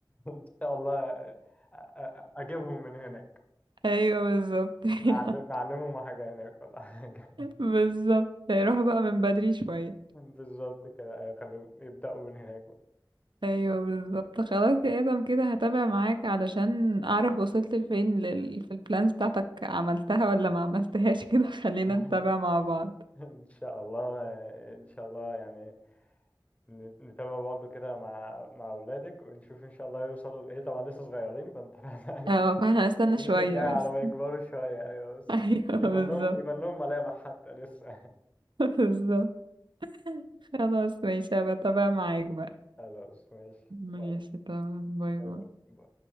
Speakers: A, on the left; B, on the right.
A: ان شاء الله أ- أ- اجيبهم من هناك
B: ايوه بالظبط <laughs>
A: نعل- نعلمهم حاجه هناك ولا حاجه <laughs>
B: بالظبط روح بقى من بدري شوية
A: بالظبط كده أيوة، خليهم يبداوا من هناك بقى
B: ايوه بالظبط خلاص يا ادم كده هتابع معاك علشان اعرف وصلت لفين لل... في البلانز بتاعتك عملتها ولا ما عملتهاش كده <laughs> خلينا
A: <laughs>
B: نتابع مع بعض
A: ان شاء الله ان شاء الله يعني ن- نتابع برضو كده مع مع اولادك ونشوف ان شاء الله يوصلوا لايه طبعا لسه صغيرين فانت <laughs>
B: اه فاحنا هنستنى
A: السنين
B: شوية
A: الجايه على
B: بس
A: ما يكبروا شويه ايوه بس
B: <laughs> ايوه
A: يبان
B: بالظبط
A: لهم يبان لهم ملامح حتى لسه
B: بالظبط خلاص ماشي هبقى اتابع معاك بقى
A: <laughs> خلاص ماشي
B: ماشي
A: يلا
B: تمام باي
A: باي
B: باي
A: باي